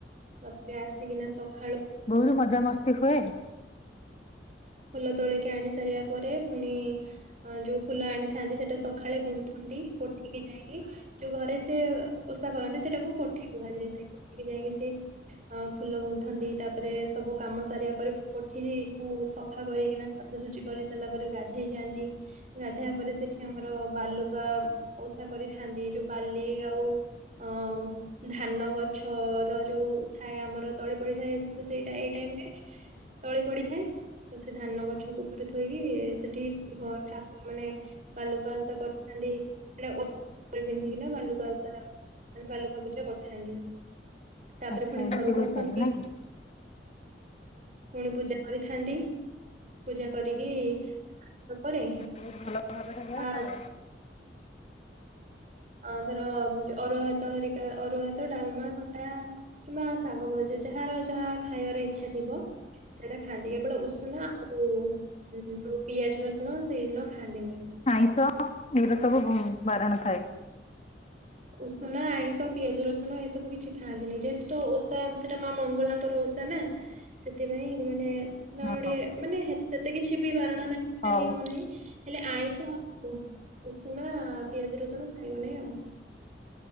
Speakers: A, on the right; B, on the left.
A: ବାତ୍ୟା ଆସିକିନା ସକାଳୁ
B: ବହୁତ୍ ମଜାମସ୍ତି ହୁଏ।
A: ଫୁଲ ତୋଳିକି ଆଣି ସାରିବା ପରେ ପୁଣି ଅଁ ଯୋଉ ଫୁଲ ଆଣିଥାନ୍ତି ସେଟା ସକାଳେ ଗୁନ୍ଥନ୍ତି କୋଟିକି ଯାଇକି। ଯୋଉ ଘରେ ସେ ଓଷା କରନ୍ତି ସେଟାକୁ କୋଠି କୁହାଯାଏ ସେ କୋଠି ଯାଇକି ସେ ଅ ଫୁଲ ଗୁନ୍ଥନ୍ତି ତାପରେ ସବୁ କାମ ସାରିବା ପରେ ପୋଠି କୁ ସଫା କରିକିନା ସଜାସଜି କରିସାରିଲା ପରେ ଗାଧେଇ ଯାଆନ୍ତି। ଗାଧେଇବା ପରେ ସେଠି ଆମର ବାଲୁକା ଓଷା କରିଥାନ୍ତି ଯୋଉ ବାଲି ଆଉ ଅଁ ଅଁ ମ୍। ଧାନ ଗଛ ର ଯୋଉ ଥାଏ ଆମର ତଳେ ପଡିଥାଏ ସେ ସେଇଟା ଏଇ ଟାଇମ୍ ରେ। ତଳି ପଡ଼ିଥାଏ। ତ ସେ ଧାନ ଗଛ କୁକୁର ଥୋଇକି ସେଠି ଠାକୁର ମାନେ ବାଲୁକା ଓଷା କରିଥାନ୍ତି ସେଟା ଉପରେ ପିନ୍ଧିକିନା ବାଲୁକା ଓଷା। ବାଲୁକା ପୂଜା କରିଥାନ୍ତି ତାପରେ
B: ଆଚ୍ଛା
A: ପୁଣି
B: ଏମିତି
A: ଘରକୁ
B: ହୁଏ
A: ଆସନ୍ତି।
B: ତାହେଲେ ନାଇଁ କି
A: ପୁଣି ପୂଜା କରିଥାନ୍ତି। ପୂଜା କରିକି ଉପରେ
B: ବହୁତ ଭଲ ଭାବରେ ହୁଏ
A: ଆ
B: ଆଉ
A: ଅଧର ଅରୁଆ ଭାତରିକା ଅରୁଆ ହାତ ଡାଲମା ଖଟା। କିମ୍ବା ଶାଗ ଭଜା ଯାହାର ଯାହା ଖାଇବାର ଇଚ୍ଛା ଥିବ। ସେଇଟା ଖାଆନ୍ତି କେବଳ ଉଷୁନା ଆଉ ଯୋଉ ପିଆଜ ରସୁଣ ସେଇଦିନ ଖାନ୍ତିନି।
B: ଆଇଁଷ ଏଗୁରା ସବୁ ବାରଣ ଥାଏ।
A: ଉଷୁନା, ଆଇଁଷ, ପିଆଜ, ରସୁଣ ଏସବୁ କିଛି ଖାଆନ୍ତିନି। ଯେହେତୁ ତ ଓଷା ସେଟା ମା ମଙ୍ଗଳାଙ୍କର ଓ ଷା ନା। ସେଥିପାଇଁ ମାନେ <unintelligible>
B: ହଁ
A: ମାନେ ସେତେ କିଛି ବି ବାରଣ ନାଁ
B: ହଉ
A: ନିୟମ ନାହିଁ। ହେଲେ ଆଇଁଷ ଉଷୁନା ପିଆଜ ରସୁଣ ଖାଇବନି ଆଉ।